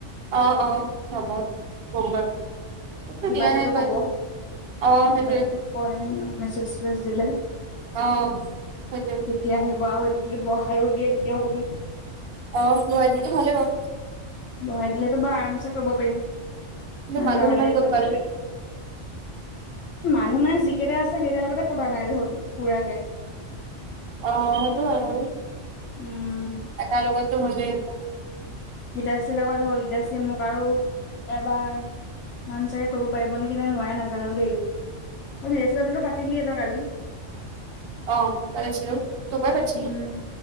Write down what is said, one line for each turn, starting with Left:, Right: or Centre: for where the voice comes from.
Right: অ অ হব কম বাৰু। খবৰটো
Left: কিবা
Right: দিয়া
Left: এটাতো
Right: নাই বাৰু
Left: কব
Right: এতিয়ালে অ সেইটোৱে
Left: কিবা এটা কয় মেছেজ চেছেজ দিলে।
Right: অ সেইটোৱে।
Left: কেতিয়া আহিব, আও হয়তো যদি বহাইও দিয়ে তেতিয়াও কবি।
Right: অ মোৰ আইডিটো ভালে বাৰু।
Left: বঢ়াই দিলেতো বা আৰামছে কৰিব পাৰিম।
Right: কিন্তু মানুহ
Left: লৰালৰি
Right: ইমান কত
Left: কৰিব
Right: পাবি?
Left: মানুহ নাই যিকেইটা আছে সেইকেটাৰ লগতে পতা নাই দেখোন পুৰাকে।
Right: অ সেইটো আৰু,
Left: উম
Right: এটাৰ লগতো হলেই -
Left: গীতাশ্ৰী লগত হ'ল, গীতাশ্ৰীয়ে মোক আৰু এবাৰ - মান চাগে কৰিব পাৰিব নেকি নে নোৱাৰে নাজানো দেই। অ গীতাশ্ৰী লগৰটো পাতিলিয়ে তই কালি।
Right: অ পাতিছিলো দুবাৰ পাতিছিলো
Left: উম